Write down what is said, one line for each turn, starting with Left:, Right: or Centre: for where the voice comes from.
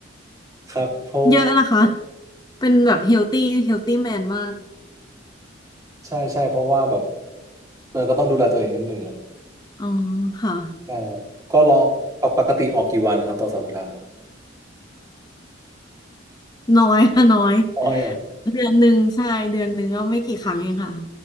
Right: ครับเพราะ
Left: เยอะนะคะเป็นแบบเฮลตี้เฮลตี้แมนมาก
Right: ใช่ใช่เพราะว่าแบบเออก็ต้องดูแลตัวเองนิดนึงอ่ะ
Left: อ๋อค่ะ
Right: ใช่ครับก็ลองปกติออกกี่วันครับต่อสัปดาห์
Left: น้อยค่ะน้อย
Right: ออยเหรอ
Left: เดือนหนึ่งใช่เดือนหนึ่งก็ไม่กี่ครั้งเองค่ะ